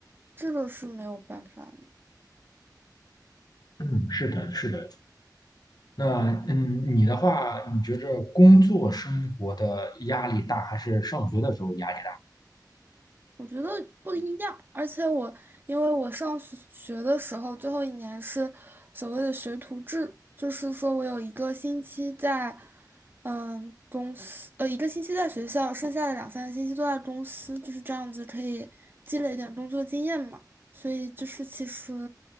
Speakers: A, on the right; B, on the left.
A: 这个是没有办法。
B: 嗯，是的，是的，那嗯，你的话，你觉着工作生活的压力大，还是上学的时候压力
A: 我觉得不一样，而且我因为我上学学的时候，最后一年是所谓的学徒制，就是说我有一个星期在，嗯，公司，呃，一个星期在学校，剩下的两三个星期都在公司，就是这样子可以积累一点工作经验嘛。所以就是其实，